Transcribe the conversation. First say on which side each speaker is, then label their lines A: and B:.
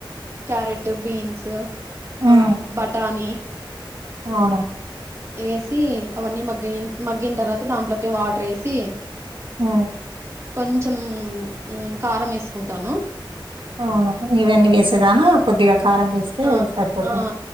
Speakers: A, on the right (about 30°); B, on the right (about 75°).
A: క్యారెట్, బీన్స్
B: హ్మ్.
A: ఆ బటానీ.
B: అవును
A: వేసి అవన్నీ మగ్గి మగ్గిన తర్వాత దాంట్లోకి వాటర్ ఎసి
B: హ
A: కొంచెం కారం వేసుకుంటాను.
B: అవున ఇవన్నీ వేసేదానా కొద్దిగా కారం వేస్తే
A: ఆ
B: సరిపోతుంది.
A: ఆ